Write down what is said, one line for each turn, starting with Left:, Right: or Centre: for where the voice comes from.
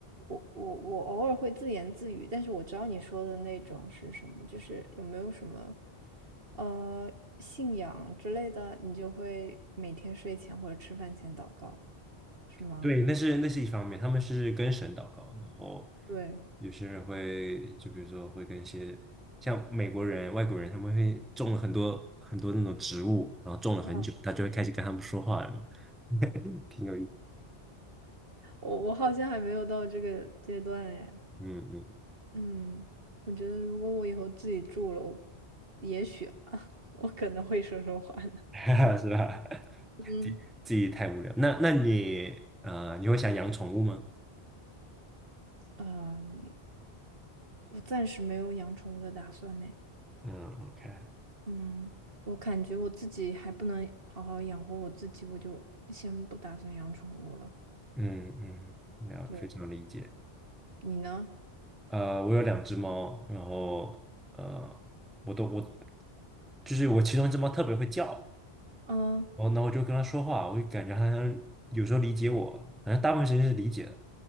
Right: 我我我偶尔会自言自语，但是我知道你说的那种是什么，就是有没有什么呃信仰之类的，你就会每天睡前或者吃饭前祷告，是吗？
Centre: 对，那是那是一方面，他们是跟神祷告，然后
Right: 对。
Centre: 有些人会，就比如说会跟一些像美国人、外国人，他们会种了很多很多那种植物，然后种了很久，
Right: 嗯。
Centre: 他就会开始跟他们说话了嘛，<laughs> 挺有意思，
Right: 我我好像还没有到这个阶段哎，
Centre: 嗯
Right: 嗯，我觉得如果我以后自己住了，我也许啊，<laughs> 我可能会说说话呢。
Centre: 嗯，<laughs> 是吧？<laughs>
Right: 嗯
Centre: 自己自己太无聊。那那你呃，你会想养宠物吗？
Right: 嗯，我暂时没有养宠物的打算呢。
Centre: 嗯，OK，
Right: 嗯，我感觉我自己还不能好好养活我自己，我就先不打算养宠物了。
Centre: 嗯嗯，那非常理解。
Right: 对，你呢？
Centre: 呃，我有两只猫，然后呃，我都我就是我其中一只猫特别会叫，
Right: 嗯，
Centre: 然后呢我就跟它说话，我就感觉它好像有时候理解我，反正大部分时间是理解的，